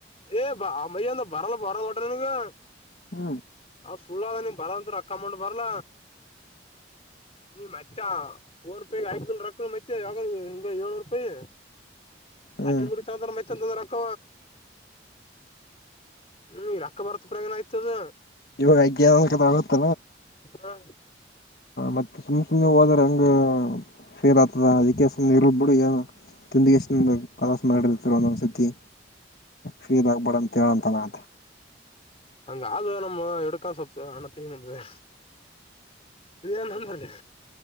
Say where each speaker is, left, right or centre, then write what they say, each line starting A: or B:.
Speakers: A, on the left; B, on the left.
A: ಏ ಬ ಮಯ್ಯಂದ ಬರಲ್ಲ ಬರಲ್ಲ ಹೊೋಟ್ರನ್ಗೆ
B: ಹಾ
A: ಅವ್ ಸುಳ್ಳ ಅದ ನೀ ಬರಂತ ಅಕ್ಕಮ್ಮಟ್ ಬರಲ
B: ಹ
A: ನೀ ಮತ್ತೆ ಫೋನ್ ರೂಪಾಯ ಆಯಲ್ ರಕ ಮತ್ತೆ ಯಾವಾಗ ಹಿಂಗ ಏಳ್ನೂರು ರೂಪಾಯಿ
B: ಹ್ಮ್
A: ಆಟ್ರಿ ಮುಿ ಚಂದ್ರ ಮೈತಂತಂದ್ರ ಅಕ್ಕ ಹ್ಮ ಈ ರಕ್ಕ ಬರ್ತ್ ಪ್ರನ ಆಯ್ತದ
B: ಇ ಆ ಒತ್ತ
A: ಹ
B: ಮತ್ತ ಸುಮ್ ಸುಮ್ಮನೆ ಹೋದ್ರ ಹಂಗ ಫೇರ್ ಆತದ ಅದಕ್ಕೆ ಸುಮ್ಮನೆ ಇರ್ಲ್ ಬಿಡುಏ ತಿಿಂದಿಗೆ ಎಷ್ಟುೊಂದು ಕಲಸ ಮಾಡಿರ್ತರೋ ಒಂದೊಂದ್ ಸತಿ ಫೀಲ್ ಆಗ್ಬೇಡ ಅಂತ ಹೇಳಂತಲ್ಲ ಅದು
A: ಹಂಗಾದು ನಮ್ಮ ಎಡುಕ್ಕಾ ಸತ ಅಣತ್ತಗ ನಮಿದೆ ಬಿನ ಅಂದ್ರಿ